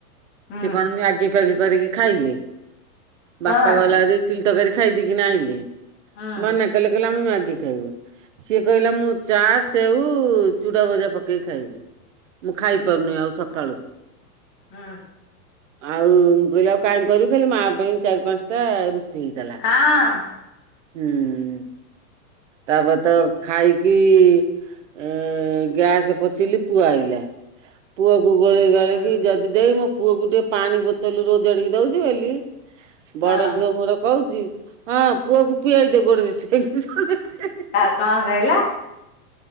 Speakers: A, on the left; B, on the right.
A: ହୁଁ
B: ସେ କଣ ମ୍ୟାଗି ଫାଗି କରିକି ଖାଇଲେ।
A: ଛୁଆମାନେ
B: ବାପା ଗଲାଭାରି ଇଟିଲି ତରକାରୀ ଖାଇଦେଇକି ଆଇଲେ
A: ହୁଁ
B: ମନା କଲେ କହିଲେ ଆମେ ମ୍ୟାଗି ଖାଇବୁ। ସିଏ କହିଲା ମୁଁ ଚା, ସେଉ, ଚୁଡା ଭଜା ପକେଇକି ଖାଇବି। ମୁଁ ଖାଇପାରୁନି ଆଉ ସକାଳୁ
A: ହଁ।
B: ଆଉ କହିଲା କାଇଁ କରିବି ଖାଲି ମା ପାଇଁ ଚାରି, ପାଞ୍ଚ ଟା ରୁଟି ହେଇଥିଲା।
A: ହଁ।
B: ହୁମ ତାପରେ ତ ଖାଇକି ଉମ ଗ୍ୟାସ ପୋଛିଲି ପୁଅ ଆଇଲା ପୁଅକୁ ଗୋଳେଇ ଗାଳେଇକି
A: ହୁଁ
B: ଯଦି ଦେଇ ମୁଁ ପୁଅ କୁ ଟିକେ ପାଣି ବୋତଲ ରେ ଓଜାଡିକି ଦଉଛି ବୋଲି
A: ହଁ
B: ବଡ ଝିଅ ମୋର କହୁଛି ହଁ ପୁଅକୁ ପିଆଇ ଦେ ଗୋଡରେ <unintelligible>
A: ଆ କଣ କହିଲା?